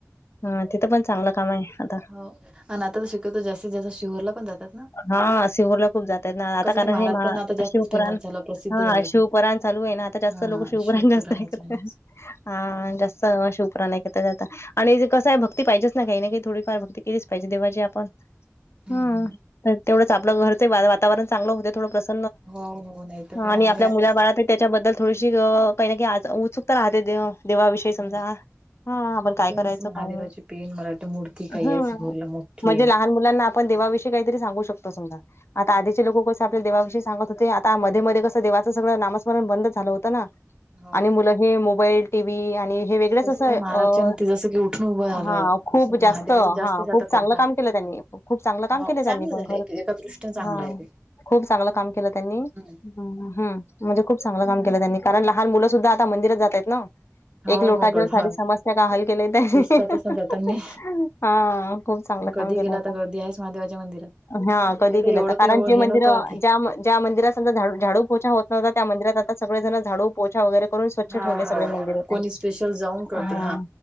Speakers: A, on the left; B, on the right.
A: हं तिथं पण चांगलं कामय. आता,
B: हो आणि आता तर शक्यतो जास्तीत जास्त शिहोरला पण जातात ना.
A: ह सिहोरला खूप जात त ना आता
B: कसं
A: कारण,
B: ते महाराष्ट्रांना
A: हे महा
B: आता जास्तच
A: शिवपुराण.
B: फेमस झालं प्रसिद्ध
A: हा
B: झालं
A: शिवपराण
B: ते
A: चालूय ना आता. जास्त
B: हा
A: लोक शिवपुराण
B: शिवपुराणाच्या
A: जास्त ऐकतात.
B: म्हणच.
A: हा
B: हम्म
A: जास्त सर्व शिवपुराण ऐकतात आता. आणि कसयं, भक्ती पाहिजेच ना, काही ना काही. थोडीफार भक्ती केलीच पाहिजे, देवाची आपण. ह,
B: हम्म.
A: तर तेवढंच आपलं घरचे वा वातावरण चांगलं होते. थोडं प्रस
B: हो, हो. नाही. तर
A: ह
B: काय
A: आणि
B: आम्ही
A: आपल्या
B: आता
A: मुलाबाळातही त्याच्याबद्दल थोडीशी, अ काही ना काइ आस उत्सुकता राहते. देव देवाविषयी समजा.
B: ह
A: हा, आपण
B: तिथे
A: काय करायचं,
B: मस महादेवाची
A: काय नाही?
B: पेन मला वाटते मूर्ती काही
A: ह
B: आहे सिहोरला मोठी
A: म्हणजे
B: आहे.
A: लहान मुल मुलांना आपन देवाविषयी काहीतरी सांगू शकतो, समजा. आता
B: हो
A: आधीचे लोकं कसं, आपल्याला देवाविषयी सांगत होते. आता म मधेमधे कसं, देवाच सगळं नामस्मरण बंद झालं होतं ना.
B: हो.
A: आणि मुल हे मोबाईल, टी व्ही, आणि हे वेगळंच
B: तस
A: असं, अ
B: महाराजच्या न ते जसं की उठून उभं झालं
A: हा खूप जास्त,
B: महादेवाच
A: हा
B: जास्तच आता
A: खूप चांगलं
B: करून राहिले.
A: काम केलं त्यांनी. खूप चांगलं काम
B: हो
A: केलं त्यांनी
B: चांगलं
A: पण
B: झालं
A: खरं.
B: एक एका दृष्टीने चांगलं
A: हा,
B: आहे ते.
A: खूप चांगलं काम केलं त्यांनी.
B: हम्म.
A: हम म्हणजे खूप चांगलं काम केलं त्यांनी. कारण, लहान मुलं सुद्धा आता मंदिरात जातायत ना.
B: हो
A: एक लोटाच्या
B: हो गडबड
A: सारी समस्या का हल केलेय ते. <unintelligible>
B: दिसतातच ना जातानी
A: हा. खूप चांगलं
B: कधी
A: काम केलंय
B: गेला
A: आता.
B: तर गर्दी आहेच महादेवाच्या मंदिरात
A: हा कधी
B: नाही
A: गेलं
B: एवढं
A: तर, कारण
B: काही एव-
A: जे
B: हे
A: मंदिरं,
B: नव्हतं आधी
A: ज्या मं, ज्या मंदिरात समजा झाड- झाडू, पोछा होत नव्हता. त्या मंदिरात आता, सगळे जण झाडू, पोछा वगैरे करून स्वच्छ
B: हा
A: ठेवले सगळे
B: हो
A: मंदिर त्यांनी.
B: कोणी स्पेशल जाऊन
A: हा.
B: करते